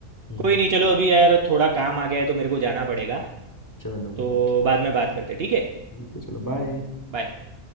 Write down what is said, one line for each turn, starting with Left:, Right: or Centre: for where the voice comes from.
Left: हम्म
Right: कोई नहीं चलो अभी यार थोड़ा काम आ गया है तो मेरे को जाना पड़ेगा
Left: चलो भाई
Right: तो बाद में बात करते हैं ठीक है
Left: ठीक है चलो बाय
Right: बाय